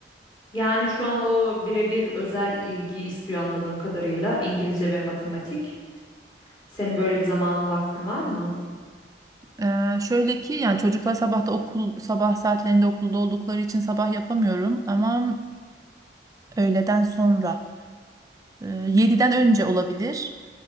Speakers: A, on the left (about 25°); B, on the right (about 20°).
A: Yani şu an o birebir özel ilgi istiyor anladığım kadarıyla İngilizce ve matematik. Senin böyle bir zamanın vaktin var mı?
B: Ee, şöyle ki yani çocuklar sabahta okul sabah saatlerinde okulda oldukları için sabah yapamıyorum ama öğleden sonra e, 7'den önce olabilir